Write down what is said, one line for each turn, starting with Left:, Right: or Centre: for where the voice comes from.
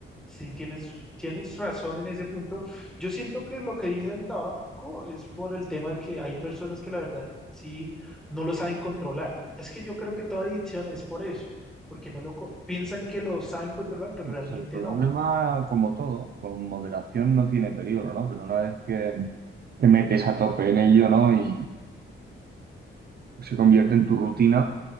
Centre: Sí, tienes, tienes razón en ese punto. Yo siento que lo que dije del tabaco es por el tema de que hay personas que la verdad sí no lo saben controlar. Es que yo creo que toda adicción es por eso, porque no lo co- piensan que lo saben controlar, pero
Right: O
Centre: realmente
Right: sea, el problema,
Centre: no.
Right: como todo, con moderación no tiene peligro, ¿no? Pero una vez que te metes a tope en ello, ¿no? Y se convierte en tu rutina,